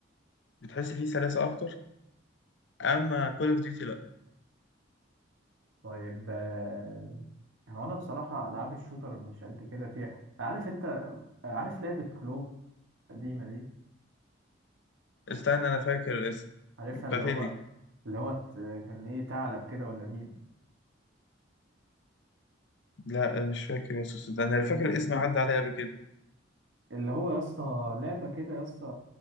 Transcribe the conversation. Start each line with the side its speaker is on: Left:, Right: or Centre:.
Left: بتحس فيه سلاسة أكتر أما كول أوف ديوتي لأ
Right: طيب آه، هو انا بصراحه العاب الشوتر مش قد كده فيها عارف انت آه، عارف لعبه كلو القديمه دي
Left: استنى أنا فاكر الاسم
Right: عارفها
Left: بتاعت
Right: اللي هو
Left: إيه دي
Right: اللي هو ت- كان ايه ثعلب كده ولا دي
Left: لا مش فاكر يا استاذ ده انا فاكر الاسم عدى عليا قبل كده
Right: اللي هو يا اسطى لعبه كده يا اسطى